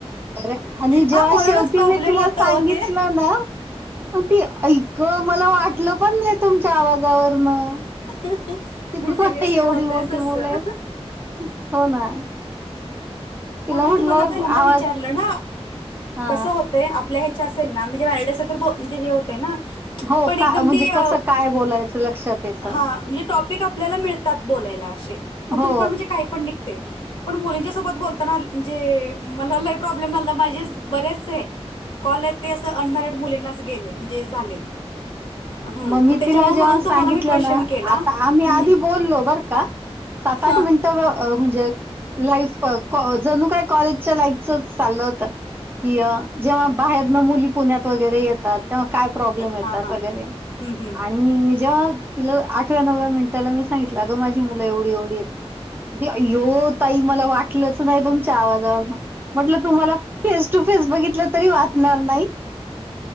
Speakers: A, on the right; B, on the left.
A: र आणि जेव्हा
B: हा म्हणूनच
A: शेवटी
B: प्रॉब्लेम
A: मी तिला
B: होत हो
A: सांगितलं
B: ते
A: ना पण ती आई गं! मला वाटलं पण नाही तुमच्या आवाजावरनं.
B: नाही
A: कि तुम्हाला
B: सिरियसली
A: एवढी
B: होतय
A: मोठी
B: तसं.
A: मुलं आहेत हो ना. तिला
B: म्हणुनच
A: म्हटलं
B: तुम्हाला पहिल्यांदा
A: आवाज
B: विचारलं ना.
A: हा
B: कसं होतंय आपल्या ह्याच्या असेल ना म्हणजे मॅरिड असेल तर म्हणजे हे होते ना.
A: हो
B: पण
A: का
B: एकदम
A: म्हणजे
B: ती अ
A: कसं काय बोलायचं लक्षात येतं
B: हा म्हणजे टॉपिक आपल्याला मिळ तात बोलायला अशे कुठुन
A: हो
B: पण काहीपण निघतयं पण मुलींच्या सोबत बोल ताना म्हणजे मला लय प्रॉब्लेम झालता माझे बरेचसे कॉल आहेत ते असं अनमॅरिड मुलींनाच गेले म्हणजे झालेत. हम्म
A: म मी
B: मग त्याच्यामुळे
A: तिला जेव्हा
B: म्हणून तुम्हाला
A: सांगितलं
B: मी क्वेश्चन
A: ना
B: केला
A: आता
B: हम्म
A: आम्ही आधी बोललो बर का! सात
B: हा.
A: आठ मिनिटं म्हणजे लाईफ अ जणू काय कॉलेजच्या लाईफचचं चाललं होत की जेव्हा बाहेरनं मुली पुण्या त वैगेर येतात तेव्हा काय प्रॉब्लेम येतात
B: हा हा
A: वैगेरे.
B: हम्म
A: आणि मी जेव्हा तिला आठव्या नवव्या मिनिटाला मी सांगितलं अगं माझी मुलं एवढी एवढी आहेत. अय्यो ताई मला वाटलंच नाही तुमच्या आवाजावरनं. म्हटलं तुम्हाला फेस टू फेस बघितलं तरी वाटणार नाही.